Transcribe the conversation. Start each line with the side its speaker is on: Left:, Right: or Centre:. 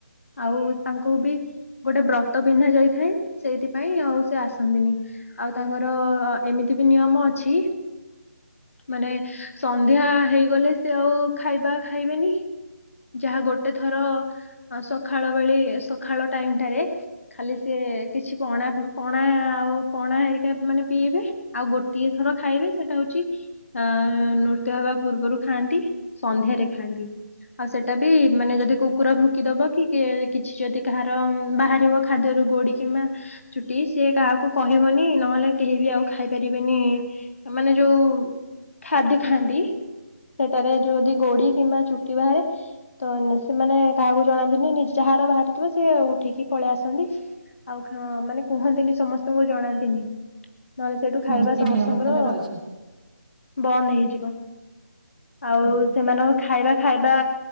Left: ଆଉ ତାଙ୍କୁ ବି ଗୋଟେ ବ୍ରତ ପିନ୍ଧା ଯାଇଥାଏ ସେଇଥିପାଇଁ ଆଉ ସେ ଆସନ୍ତିନି ଆଉ ତାଙ୍କର ଏମିତି ବି ନିୟମ ଅଛି ମାନେ ସନ୍ଧ୍ୟା ହେଇଗଲେ ସିଏ ଆଉ ଖାଇବା ଖାଇବେନି ଯାହା ଗୋଟେ ଥର ସକାଳ ବେଳେ ସକାଳ ଟାଇମ ଟାରେ ଖାଲି ସେି କିଛି ପଣା ପଣା ଆଉ ପଣା ହେରିକା ମାନେ ପିଇବେ ଆଉ ଗୋଟିଏ ଥର ଖାଇବେ ସେଇଟା ହଉଛି ଅ ନୃତ୍ୟ ହବା ପୂର୍ବରୁ ଖାଆନ୍ତି ସନ୍ଧ୍ୟାରେ ଖାଆନ୍ତି। ଆଉ ସେଇଟା ବି ମାନେ ଯଦି କୁକୁର ଭୁକିଦବ କି କିଛି ଯଦି କାହାର ବାହାରିବ ଖାଦ୍ୟରୁ ଗୋଡି କିମ୍ବା ଚୁଟି ସିଏ କାହାକୁ କହିବନି ନହେଲେ କେହି ବି ଆଉ ଖାଇ ପାରିବେନି ମାନେ ଯୋଉ ଖାଦ୍ୟ ଖାଆନ୍ତି। ସେଟାରେ ଯୋଉଦି ଗୋଡି କିମ୍ବା ଚୁଟି ବାହାରେ ତ ସେମାନେ କାହାକୁ ଜଣାନ୍ତିନି ନି ଯାହାର ବାହାରିଥିବ ସେ ଉଠିକି ପଳେଇ ଆସନ୍ତି। ଆଉଁ ମାନେ କୁହନ୍ତିନି ସମସ୍ତଙ୍କୁ ଜଣାନ୍ତିନି। ନହେଲେ ସେଇଠୁ ଖାଇବା
Right: ଏମିତି
Left: ସମସ୍ତଙ୍କର
Right: ନିୟମ ତାହେଲେ ରହିଛି
Left: ବନ୍ଦ ହେଇଯିବ। ଆଉ
Right: ହୁଁ
Left: ସେମାନଙ୍କ ଖାଇବା ଖାଇବା